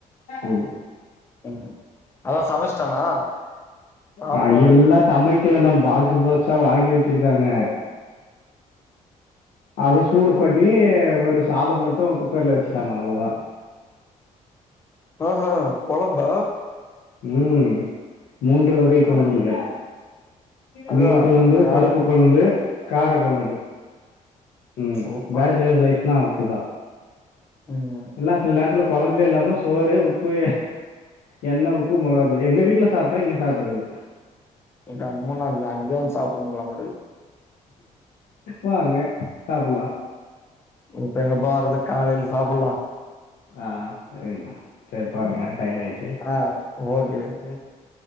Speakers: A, on the left; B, on the left.
A: ம்
B: ம் அதா சமைச்சிட்டானா சாப்பாடு
A: ஆ எல்லா சமைக்கல ந பாக்ஸ்சு பாக்ஸா வாங்கி வச் வச்சிருக்காங்க அத சூடு பண்ணி
B: ஓ
A: வரு சாத மட்டு குக்கர்ல வச்சுட்டாங்க அவ்வளவுதா
B: ஆஹா கொழம்பா
A: ம் மூன்று வகை
B: ஆ
A: குழம்புகள்
B: அதுவா
A: மீன் குழம்பு
B: கார
A: பருப்பு
B: கொ
A: குழம்பு
B: கா
A: கார கொழம்பு ம்
B: சூப்பர்
A: பேஜலர் லைப்னா தா
B: ம்
A: எல்லா சில நேரத்துல கொழம்பே இல்லாம சோறு உப்பு என்ன உப்பு மொளகா தூள் எங்க வீட்டுல சாப்ட்டா இங்க சாப்ட்டதில்ல
B: கம்முன்னு அங்க அங்கய வந்து சாப்பணும்ல்லா மட்டக்கு
A: வாங்க சாப்பலா
B: இப்போ எங்க பா வர்றது காலையில சாப்பலா
A: ஆ சரிண்ணா சரி பாருங்க
B: ம்
A: டைம் ஆயிடுச்சு
B: ஆ. ஓகே கெ